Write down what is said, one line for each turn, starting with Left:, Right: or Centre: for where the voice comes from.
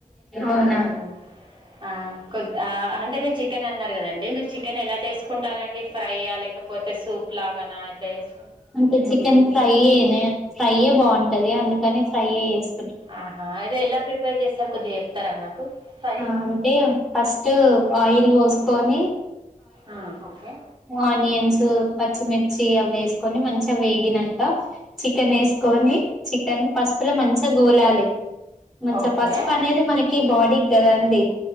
Centre: అవునా
Right: హ్ ఆ కొద్ ఆ అంటే మీరు చికె చికెన్ అన్నారు కదండి, మీరు చికెన్ ఎలా చేసుకుంటారండి ఫ్రై ఆ లేకపోతే సూప్ లాగానా ఎట్లా చేస్
Centre: అంటే చికెన్ ఫ్రైయేనే ఫ్రైయే బావుంటది. అందుకని ఫ్రైయే చేస్
Right: ఆహా అయితే ఎలా ప్రిపేర్ చేస్తరు కొద్దిగా చెప్తరా నాకు. ఫ్రై
Centre: ఆ అంటే ఫస్ట్ ఆయిల్ వోసుకోని
Right: ఆ ఓకే
Centre: ఆనియన్స్ పచ్చిమిర్చి అవి వేసుకొని మంచిగా వేగినంక చికెన్ వేసుకొని ని చికెన్ పసుపు లో మంచి గోలాలి మంచి
Right: ఓకే
Centre: పసుపు అనేది మనకి బాడీకి కదా ద అండి